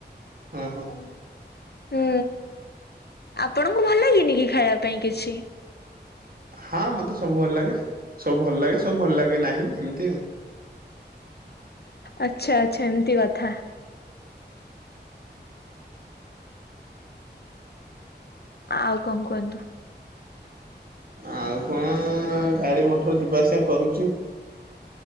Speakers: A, on the right; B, on the left.
A: ଓହୋ
B: ଜନମା। ହୁଁ ଆପଣଙ୍କୁ ଭଲ ଲାଗେନି କି ଖାଇବା ପାଇଁ କିଛି।
A: ହଁ ମତେ ସବୁ ଭଲ ଲାଗେ ସବୁ ଭଲ ଲାଗେ ସବୁ ଭଲ ଲାଗେ ନାହିଁ ଏମିତି ଆଉ।
B: ଆଚ୍ଛା ଆଚ୍ଛା ଏମିତି କଥା। ଆଉ କଣ କୁହନ୍ତୁ?
A: ଆଉ କଣ ଗାଡି ମଟର ଯିବା ଆସିବା କରୁଛି।